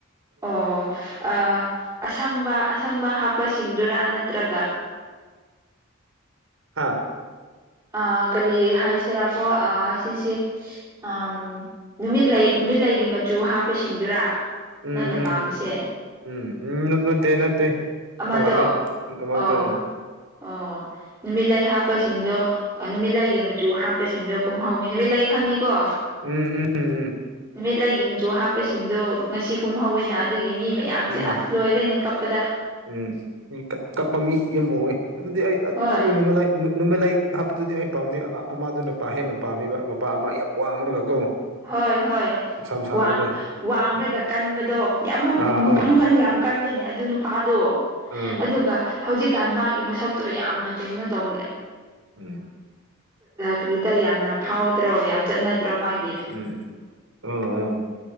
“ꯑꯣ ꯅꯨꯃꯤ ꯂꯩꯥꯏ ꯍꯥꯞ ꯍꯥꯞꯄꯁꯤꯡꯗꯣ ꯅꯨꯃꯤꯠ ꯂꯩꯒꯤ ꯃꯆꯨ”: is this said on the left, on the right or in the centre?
Right